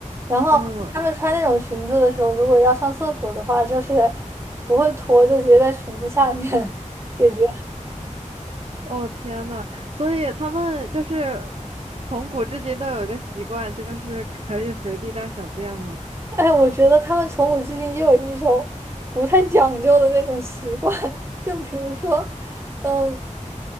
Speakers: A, on the right (about 20°); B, on the right (about 50°).
A: 然后她们穿那种裙子的时候，
B: 嗯，
A: 如果要上厕所的话，就是不会脱，就直接在裙子下面 <laughs> 解决。
B: 哦天呐，所以他们就是从古至今都有一个习惯，就是可以随地大小便吗？
A: 哎，我觉得他们从古至今就有一种不太讲究的那种习惯，<laughs> 就比如说，嗯。